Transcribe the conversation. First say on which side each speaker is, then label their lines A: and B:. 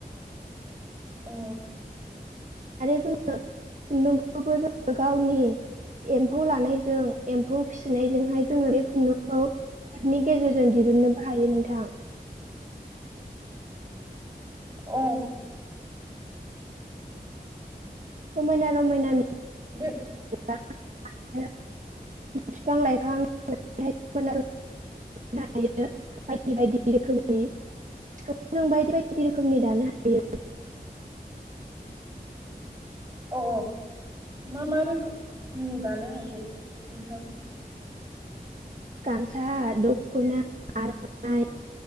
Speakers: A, on the right; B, on the right.
A: अ
B: आरो जोङो खुन्दुंखौबो जोङो गावनि एम्फौ लानायजों एम्फौ फिसिनाय जोंहाय जोङो बे खुन्दुंखौ केपनि गेजेरजों दिहुननोबो हायो नोंथां। थां।
A: अ।
B: समायना रमायना। <inaudible>
A: बे
B: आरो बिफां लाइफांनो हायो बायदि बायदि रोखोमनि। जों बायदि बायदि रोखोमनि दानो हायो। हाथों।
A: अ मा मा रोखोमनि दानो हायो नोंथां?
B: गामसा, दख'ना, आर'नाइ